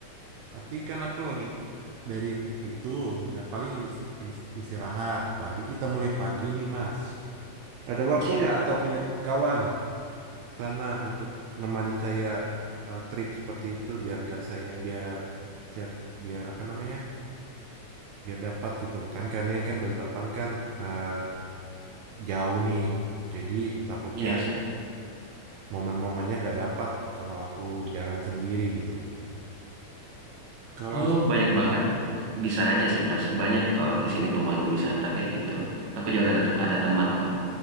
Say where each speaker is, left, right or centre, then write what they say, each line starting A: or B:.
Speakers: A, on the right; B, on the right.
A: berarti kan aku lagi dari itu nah, paling is- is- istirahat. Paling kita mulai pagi nih Mas. Ada waktu
B: siap.
A: nggak atau punya kawan sana untuk nemanin saya eh, trip seperti itu biar nggak saya biar biar biar apa namanya biar dapat gitu loh kan karena kan Balikpapan kan eh, jauh nih. Jadi takutnya
B: Iya, siap.
A: momen-momennya nggak dapat kalau aku jalan sendiri gitu. Kalau
B: Oh, banyak banget kok. Bisa aja sih, Mas. Banyak kok di sini pemandu wisata kayak gitu. Aku juga ada, ada teman kok